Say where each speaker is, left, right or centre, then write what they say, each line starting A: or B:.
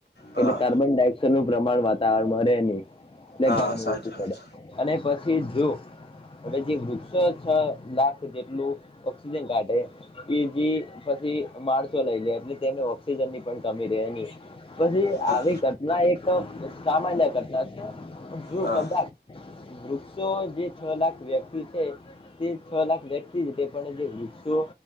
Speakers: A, on the left; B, on the left.
A: હા
B: એટલે કાર્બન ડાયોક્સાઇડ નું પ્રમાણ વાતાવરણ માં રહે ની ટલે
A: હા
B: ગરમી
A: સાચું
B: ઓછી પડે અને પછી જો હવે જે વૃક્ષો છ લાખ જેટલું ઓક્સિજન કાઢે કે જે પછી માણસો લઈ લે એટલે તેને ઓ ઓક્સિજન ની પણ કમી રહેની. પછી
A: હા
B: આવી ઘટના એક સામાન્ય ઘટના છે જો
A: હા
B: કદાચ વૃક્ષો જે છ લાખ વ્યક્તિ છે તે છ લાખ વ્ય તે પણ જે વૃક્ષો